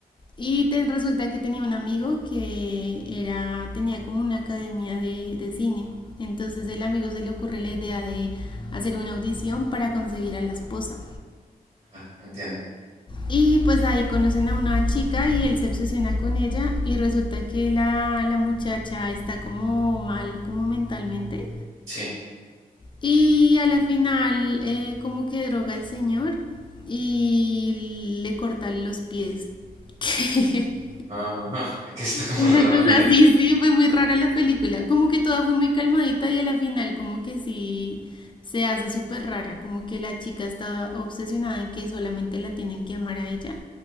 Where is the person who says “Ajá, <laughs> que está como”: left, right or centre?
Right